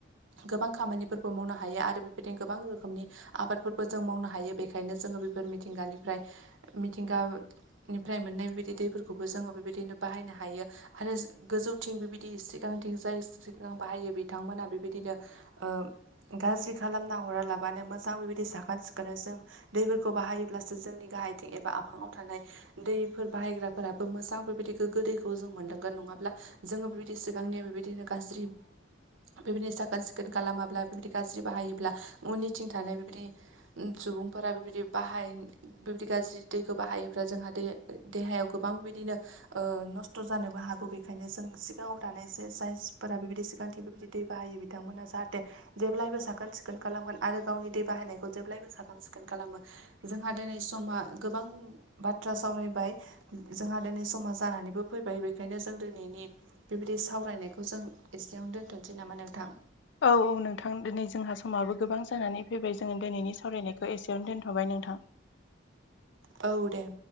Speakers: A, on the right; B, on the left.
A: गोबां खामानिफोरबो मावनो हायो आरो बेबायदिनो गोबां रोखोमनि आबादफोरबो जों मावनो हायो बेखायनो जोङो बेफोर मिथिंगानिफ्राय मिथिंगा निफ्राय मोननाय बेबायदि दैफोरखौबो जोङो बेबायदिनो बाहायनो हायो आरो ओ गोजौथिं बेबायदि एसे सिगांथिं जाय सिगां बाहायो बिथांमोना बेबादिनो ओ गाज्रि खालामना हरालाबानो मोजां बेबायदि साखोन सिखोनै जों दैफोरखौ बाहायोब्लासो जोंनि गाहायथिं एबा आफाङाव थानाय दैफोर बाहायग्राफोराबो मोजां बेबायदि गोग्गो दैखौ जों मोनलांगोन नङाब्ला जोङो बे बादिसो बिांनिया बेबादिनो गाज्रि बेबायदि साखोन सिखोन खालामाब्ला बेबायदि गाज्रि बाहायोब्ला उननिथिं थानाय बिदि सुबुंफोरा बेबायदि बाहाय बेबायदि गाज्रि दैखौ बाहायोब्ला जोंहा दै। देहायाव गोबां बिदिनो ओ नस्थ' जानोबो हागौ बेखायनो जों सिगाङाव थानाय जे जायफोरा बेबायदि सिगांथिं बेबायदि दै बाहायो बिथांमोना जाहाथे जेब्लायबो साखोन सिखोन खालामगोन आरो गावनि दै बाहायनायखौ जेब्लायबो साखोन सिखोन खालामो। जोंहा दिनै समा गोबां बाथ्रा सावरायबाय। जाहा दिनै समाज जानानैबो फैबाय बेखायनो जों दिनैनि ओ बिदि सावरायनायखौ जों एसेयावनो दोनथ'नोसै नामा नोंथां?
B: औ औ नोंथां दिनै जोंहा समाबो गोबां जानानै फैबाय जोङो दिनैनि सावरायनायखौ एसेयावनो दोनथ'बाय नोंथां।
A: औ दे।